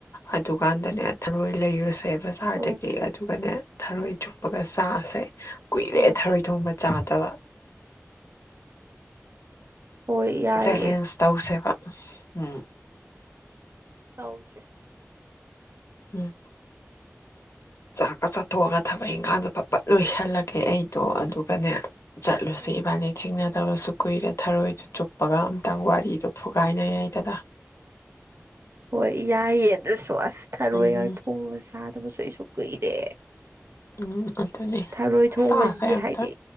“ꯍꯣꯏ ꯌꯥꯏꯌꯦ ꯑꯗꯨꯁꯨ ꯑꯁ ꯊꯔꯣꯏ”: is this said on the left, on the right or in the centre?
Right